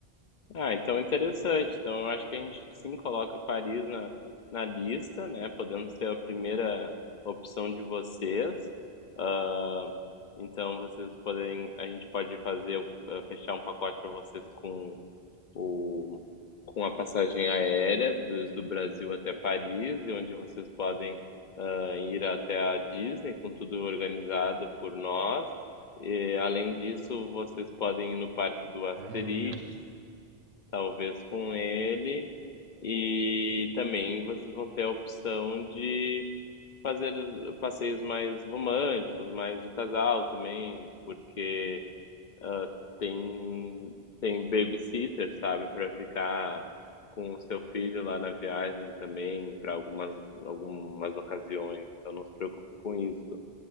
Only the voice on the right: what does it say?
Ah, não, legal.